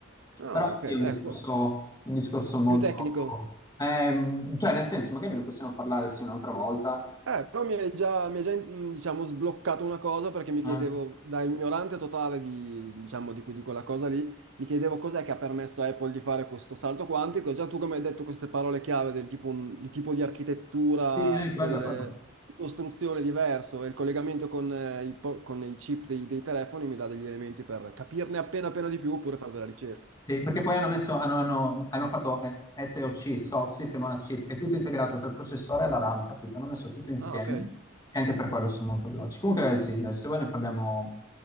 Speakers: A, on the right; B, on the left.
A: Ah,
B: Però
A: ok,
B: sì,
A: ecco,
B: è un discorso, un discorso molto...
A: più tecnico.
B: ehm, cioè, nel senso, magari ne possiamo parlare sì un'altra volta.
A: Eh, però mi hai già, mi hai già, mm, diciamo, sbloccato una cosa perché mi
B: Eh.
A: chiedevo, da ignorante totale di, diciamo, di, que- di quella cosa lì, mi chiedevo cos'è che ha permesso a Apple di fare questo salto quantico. E Già tu come hai detto queste parole chiave del tipo un, un tipo di architettura,
B: Sì, eh, quello,
A: del-
B: quello.
A: di costruzione diverso e il collegamento con, eh, i, po- con i chip dei, dei telefoni mi dà degli elementi per capirne appena appena di più oppure fare della ricerca.
B: Sì, perché poi hanno messo, hanno, hanno- hanno fatto eh, SoC, SoC, System on a Chip, è tutto integrato tra il processore e la RAM, capito? Hanno messo tutto insieme
A: Ah, ok,
B: e anche per quello sono molto veloci. Comunque, sì, dai, se vuoi ne parliamo,